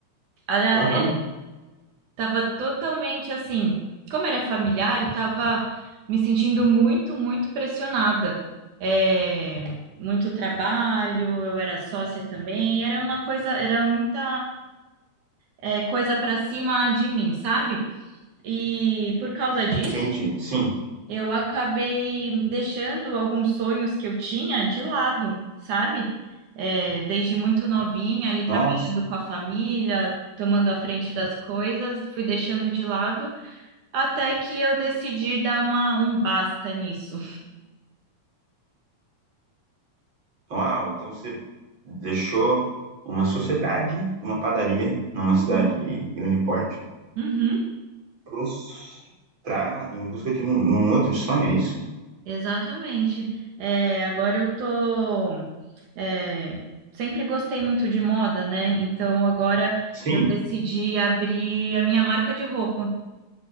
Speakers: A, on the right; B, on the right.
A: era,
B: Aham.
A: Tava totalmente assim, como era familiar, eu tava me sentindo muito, muito pressionada. É, muito trabalho, eu era sócia também, e era uma coisa, era muita é, coisa para cima de mim, sabe? E por causa disso,
B: Entendi. Sim.
A: eu acabei deixando alguns sonhos que eu tinha de lado, sabe? É, desde muito novinha, ali trabalhando
B: Nossa.
A: com a família, tomando a frente das coisas, fui deixando de lado. Até que eu decidi dar uma, um basta nisso.
B: Uau, então você deixou uma sociedade de uma padaria numa cidade
A: Uhum.
B: de grande porte
A: Uhum.
B: pros- pra, em busca de um, um outro sonho, é isso?
A: Exatamente. É, agora eu tô. é, sempre gostei muito de moda, né? Então agora
B: Sim.
A: eu decidi abrir a minha marca de roupa.